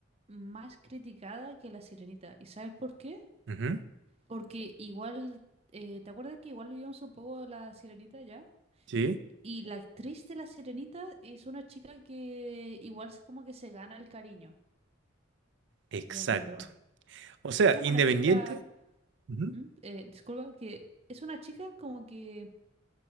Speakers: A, on the right (about 30°); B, on the right (about 65°).
A: más criticada que la Sirenita. ¿Y sabes por qué?
B: Ujú,
A: Porque igual, eh, ¿te acuerdas que igual vimos un poco la Sirenita ya?
B: Sí,
A: Y la actriz de la Sirenita es una chica que igual es como que se gana el cariño,
B: exacto.
A: yo encuentro.
B: O sea,
A: Como
B: independiente.
A: una chica,
B: ujú.
A: ¿Mm? Eh, disculpa, que es una chica como que